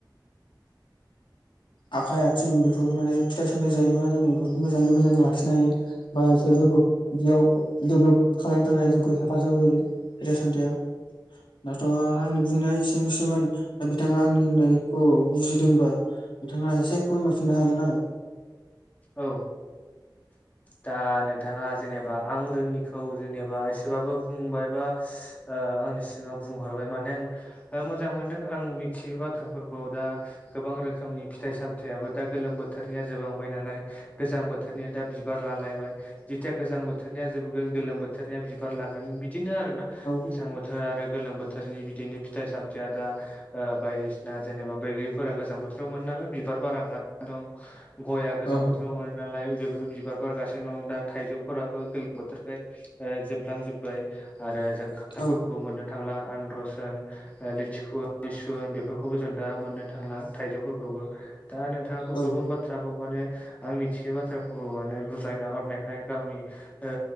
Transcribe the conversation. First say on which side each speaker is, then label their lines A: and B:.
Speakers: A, on the left (about 85°); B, on the left (about 20°).
A: आखाइ आथिं बेफोरखौ माने फिथाइ सामथाइ जायोबा जों बेफोरखौ मोजाङै मोजां लाखि हाथों बा बेडसोर जोंखौ बियाव देबेलप खालामनो थाखाय जों हेफाजाब होयो फिथाइ सामथाइया दाथ'आंनि बुंनाया एसे एसेनोसैमोन दा बिथाङा आंनि होननायखौ बुजिदोंबा बिथाङा एसे फोरमायफिननो हागोन आरो
B: औ दा नोंथाङा जेनेबा आं रोङिखौ जेनेबा एसेबाबो बुंबायबा ओ आंनि सिङाव बुंहरबाय माने आं मोजां मोनदों आं मिथियो बाथ्राफोरखौ दा गोबां रोखोमनि फिथाइ सामथायाइाबो दा गोलोम बोथोरनिया जोबलांबाय नालाय गोजां बोथोरनिया दा बिबार लालायबाय जेथिया गोजां बोथोरनिया जोबगोन गोलोम बो बोथोरनिया बिबार लागोन बिदिनो आरोना
A: औ
B: गोजां बोथोर आरो ओमफ्राय गोलोम बोथोरनि बिदिनो फिथाइ सामथायाइया दा ओ बायदिसिना जेनेबा बैग्रिफोरा गोजां बोथोराव मोनो नालाय बिबार बारगासिनो दं गया गोजां
A: औ
B: बोथोराव मोनो नालाय बेफोर बिबार बारगासिनो दं दा थाइजौफोराबो गोलोम बोथोरखाय ओ जोबलांजोबबाय आरो जों खानथाल
A: औ
B: फोरखौबो मोननो थांला आनारस होन, लिथुखु होन लेसु होन, बेफोरखौबो जों दा मोननो थांला थाइजौफोरखौबो। दा नोंथाङाबो
A: औ
B: गोबां बाथ्रा माने आं मिथियै बाथ्राखौ माने बुजायना हरनायखाय गावनि ओ